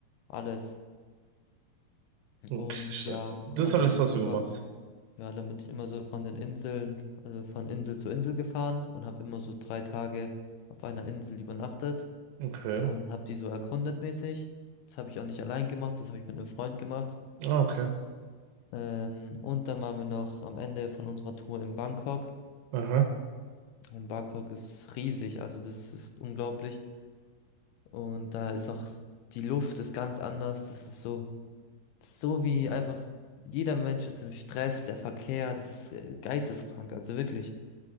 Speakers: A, on the left (about 80°); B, on the right (about 85°).
A: alles.
B: Okay.
A: Und
B: stark.
A: ja,
B: Das
A: und da bin
B: alles
A: ich
B: hast
A: halt
B: du
A: immer,
B: gemacht.
A: ja, dann bin ich immer so von den Inseln, also von Insel zu Insel gefahren und habe immer so drei Tage auf einer Insel übernachtet.
B: Okay.
A: und habe die so erkundet mäßig. Das habe ich auch nicht allein gemacht, das habe ich mit einem Freund gemacht.
B: Ah, okay.
A: Ähm, und dann waren wir noch am Ende von unserer Tour in Bangkok.
B: Aha.
A: Und Bangkok ist riesig, also das ist unglaublich. Und da ist auch s- die Luft ist ganz anders. Das ist so, das ist so wie einfach jeder Mensch ist im Stress, der Verkehr, das ist äh, geisteskrank, also wirklich.